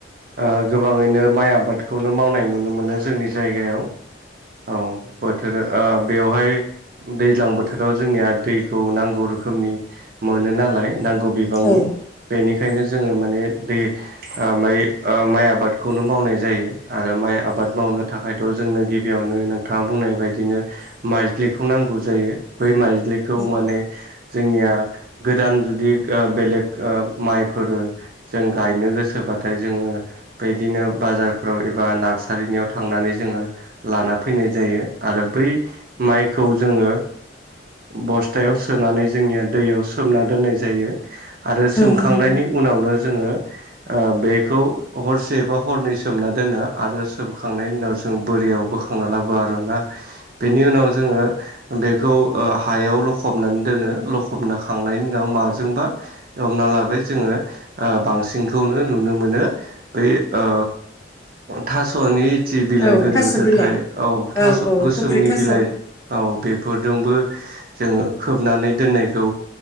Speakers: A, on the right (about 50°); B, on the left (about 15°).
A: ओ गोबाङैनो माइ आबादखौनो मावनाय नुनो मोनो जोंनि जायगायाव। औ बोथोर ओ बेवहाय दैज्लां बोथोराव जोंनिया दैखौ नांगौ रोखोमनि मोनो नालाय नांगौ बिबांनि
B: औ
A: बेनिखायनो जोङो माने दै ओ मै ओ माइ आबादखौनो मावनाय जायो आरो माइ आबाद मावनो था थाखायथ' जोंनो गिबियावनो नोंथाङा बुंनाय बायदिनो माइज्लिखौ नांगौ जायो बै माइज्लिखौ
B: औ
A: माने जोंनिया गोदान जुदि ओ बेलेग ओ माइफोर जों गायनो गोसोबाथाय जोङो बैदिनो बाजारफोराव एबा नार्सारिनियाव थांनानै जोङो लाना फैनाय जायो आरो बै माइखौ जोङो बस्थायाव सोनानै जोंनिया दैयाव सोमना दोननाय जायो। आरो सोमखांनायनि
B: नंगौ
A: उनावनो जोङो ओ बैखौ हरसेबा हरनै सोमना दोनो आरो सोमखांनायनि उनाव जों बोरियाव बो खांना लाबो आरोना बेनि उनाव जोङो बेखौ ओ हायाव लखबनानै दोनो लखबना खांनायनि उनाव माजोंबा हमना लाबोबाय जोङो ओ बांसिनखौनो नुनो मोनो। बै ओ थास'नि थ बिलाइ
B: औ
A: गोिदिर
B: थास'
A: गोिदिर
B: बिलाइ
A: थ औ थास'
B: औ
A: गोसोमनि
B: कफ्रि थास'
A: बिलाइ
B: औ
A: औ बेफोरजोंबो जोंङो खोबनानै दोननायखौ